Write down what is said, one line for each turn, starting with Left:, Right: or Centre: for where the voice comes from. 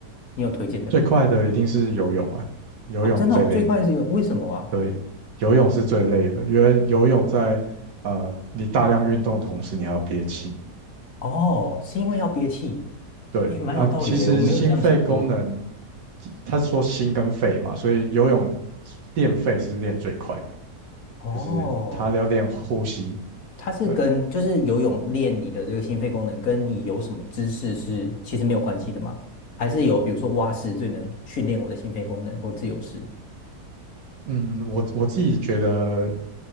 Left: 你有推荐的吗？
Right: 最快的一定是游泳啊，游泳最累，
Left: 哦，真的哦，最快是有，为什么啊？
Right: 对，游泳是最累的，因为游泳在呃你大量运动的同时，你还要憋气。
Left: 哦，是因为要憋气，
Right: 对啊，
Left: 哎，蛮有道理的，
Right: 其实心肺功能，
Left: 我没有这样想过。
Right: 他是说心跟肺嘛，所以游泳练肺是练最快的，
Left: 哦，
Right: 就是他要练呼吸。
Left: 它是跟就是游泳练你的这个心肺功能，
Right: 对，
Left: 跟你有什么姿势是其实没有关系的吗？还是有比如说蛙式最能训练我的心肺功能，或自由式？
Right: 嗯，我我自己觉得